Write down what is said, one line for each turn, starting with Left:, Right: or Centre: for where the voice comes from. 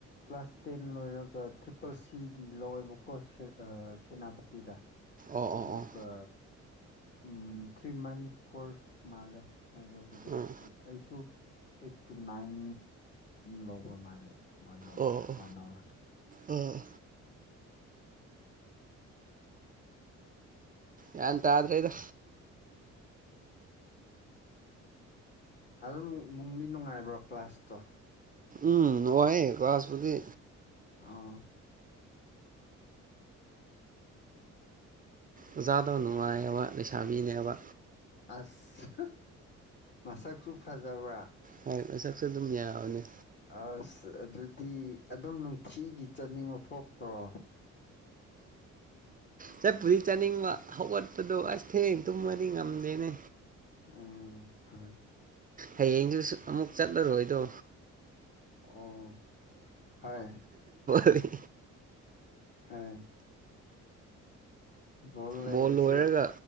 Left: ꯀ꯭ꯂꯥꯁ ꯇꯦꯟ ꯂꯣꯏꯔꯒ ꯇ꯭ꯔꯤꯄꯜ ꯁꯤꯒꯤ ꯂꯧꯋꯦꯕꯀꯣ ꯁꯦꯅꯥꯄꯇꯤꯗ
Right: ꯑꯣ
Left: ꯑꯗꯨꯒ
Right: ꯑꯣ ꯑꯣ
Left: ꯎꯝ ꯊ꯭ꯔꯤ ꯃꯟꯁ ꯀꯣꯔꯁ ꯃꯥꯜꯂꯦ ꯑꯩ ꯂꯧꯕꯗꯣ
Right: ꯎꯝ
Left: ꯑꯩꯁꯨ ꯑꯩꯠ ꯇꯨ ꯅꯏꯟ ꯂꯧꯕ ꯃꯦ ꯋꯥ ꯑꯋꯥꯔ
Right: ꯑꯣ ꯑꯣ
Left: ꯋꯥꯟ ꯑꯋꯥꯔ
Right: ꯑꯣ ꯌꯥ ꯇꯗ꯭ꯔꯦ ꯏꯗ
Left: ꯑꯗꯨꯝ ꯅꯨꯡꯗꯤ ꯅꯨꯡꯉꯥꯏꯕ꯭ꯔꯣ ꯀ꯭ꯂꯥꯁꯇꯣ
Right: ꯎꯝ ꯋꯥꯅꯨꯡꯉꯥꯏ ꯀ꯭ꯂꯥꯁꯕꯨꯗꯤ
Left: ꯑ
Right: ꯑꯣꯖꯥꯗ ꯅꯨꯡꯉꯥꯏꯌꯦꯕ ꯂꯩꯁꯥꯕꯤꯅꯦꯕ
Left: ꯑꯁ ꯃꯁꯛꯁꯨ ꯐꯖꯕ꯭ꯔꯥ
Right: ꯍꯣꯏ ꯃꯁꯛꯁꯨ ꯑꯗꯨꯝ ꯌꯥꯎꯅꯤ
Left: ꯑꯁ ꯑꯗꯨꯗꯤ ꯑꯗꯨꯝ ꯅꯨꯡꯊꯤꯒꯤ ꯆꯠꯅꯤꯡꯕ ꯐꯣꯛꯇ꯭ꯔꯣ
Right: ꯆꯠ ꯄꯨꯗꯤ ꯆꯥꯅꯤꯡꯕ ꯍꯧꯒꯠꯄꯗꯣ ꯑ ꯊꯤꯡ ꯇꯨꯝꯃꯗꯤ ꯉꯝꯗꯦꯅꯦ
Left: ꯎꯝ ꯍꯥꯏ
Right: ꯍꯌꯦꯡꯁꯨ ꯑꯃꯨꯛ ꯆꯠꯂꯔꯣꯏꯗꯣ
Left: ꯑꯣ ꯍꯣꯏ
Right: ꯠ
Left: ꯍꯥ ꯣꯜ ꯂꯩꯕꯁ
Right: ꯕꯣꯜ ꯂꯣꯏꯔꯒ